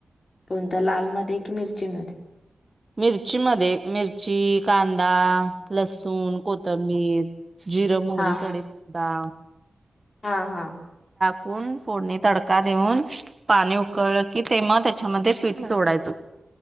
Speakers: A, on the left (about 45°); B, on the right (about 25°).
A: कोणत लालमध्ये की मिरचीमध्ये
B: मिरची मध्ये मिरची, कांदा लसूण, कोथंबीर, जिर, मोहरी,
A: हा
B: कडीपत्ता
A: हा हा
B: कोण फोडणी तडका देऊन पाणी उकळलं की ते मग त्याच्यामध्ये पीठ सोडायचं